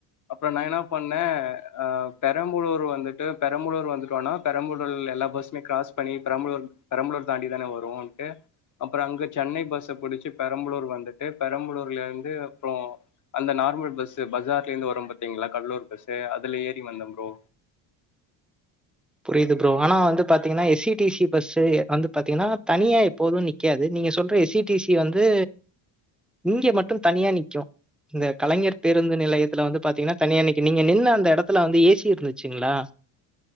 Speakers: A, on the left; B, in the centre.
A: அப்புறோ நா என்ன பண்ணே ஆ பெரம்பலூர் வந்துட்டு பெரம்பலூர் வந்துட்டு இருக்கோனா பெரம்பலூர் எல்லா பஸ்ஸுமே கிராஸ் பண்ணி பெரம்பலூர் பெரம்பலூர் தாண்டி தான வருன்ட்டு அப்றோ அங்க சென்னை பஸ்ஸ புடிச்சு பெரம்பலூர் வந்துட்டு பெரம்பலூர்ல இருந்து அப்றோ அந்த நார்மல் பஸ்ஸு பஸார்லேந்து வரும் பாத்தீங்களா கடலூர் பஸ்ஸு அதுல ஏறி வந்த ப்ரோ
B: புரிது ப்ரோ ஆனா வந்து பாத்தீங்கனா S C T C bus எ வந்து பாத்தீங்கனா தனியா எப்போதூ நி க்யாது நீங்க சொல்ற எஸ் சி டி சி வந்து இங்க மட்டும் தனியா நிக்கூ இந்த கலைஞர் பேருந்து நிலயத்துல வந்து பாத்தீங்குனா தனியா நிக்கு நீங்க நின்ன அந்த எடத்துல வந்து ஏசி இருந்துச்சிங்ளா